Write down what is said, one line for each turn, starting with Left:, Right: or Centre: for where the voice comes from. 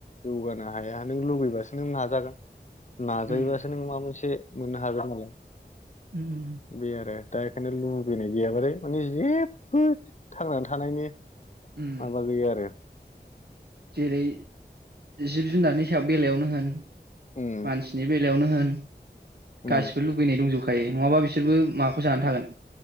Left: जौगानो हाया नों लुबैबासो नों नाजागोन नाजायोबासो
Right: उम
Left: नों माबा मोनसे मोननो हागोन नालाय
Right: उम
Left: बे आरो दा एखायनो लुबैनाय गैयाबाथाय माने जेबो थांनानै थानायनि
Right: उम
Left: माबा गैया आरो
Right: जेरै जिब जुनारनि सायाव बेलायावनो होन
Left: उम
Right: मानसिनि बे लायावनो होन
Left: उम
Right: गासिबो लुगैनाय दंजोबखायो नङाबा बिस सोरबो माखौ जाना थागोन?